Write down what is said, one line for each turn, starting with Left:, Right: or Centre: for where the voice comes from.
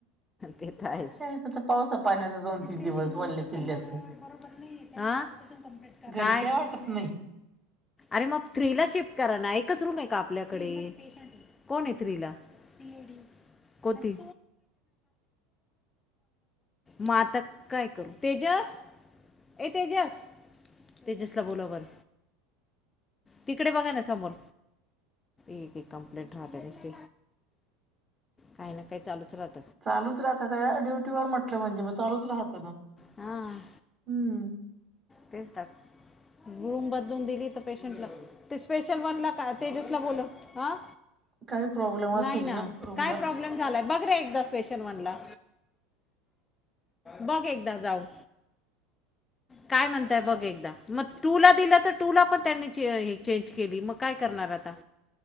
Left: तेथ आहेच
Right: हे त्याचं पावसा पाण्याचं दोन तीन
Left: स्पेशल
Right: दिवस
Left: गच
Right: वल्ल्या चिल्ल्याचं
Left: कमोड बरोबर नाही हा? स कप्लीट
Right: घरी
Left: काय
Right: वाटत
Left: स्पेशल?
Right: नाही.
Left: अरे मग थ्री ला शिफ्ट करा ना एकच रूम आहे का आपल्याकडे? कोण ए थ्री ला, लेडीज कोणती? म आता काय करू तेजस. ए तेजस, तेजसला बोलव बर. तिकडे बघा ना समोर एक एक कंप्लेंट राहते नसत काही ना काही चालूच राहत
Right: चालूच राहत त्या ड्युटीवरर म्हटलं म्हणजे मग चालूच राहतं ना
Left: हां
Right: हम्म
Left: तेच तर रूम बदलून दिली तर पेशंटला ते स्पेशल वनला का, तेजसला बोल हा.
Right: काही प्रॉब्लेम असेल
Left: नाही ना
Right: रूमला
Left: काय प्रॉब्लेम झालाय बघ. रे एकदा स्पेशन वनला बघ एकदा जाऊन. काय म्हणताय बघ एकदा मग टूला दिला तर टूला पण. त्यांनी चेंज केली मग काय करणार आता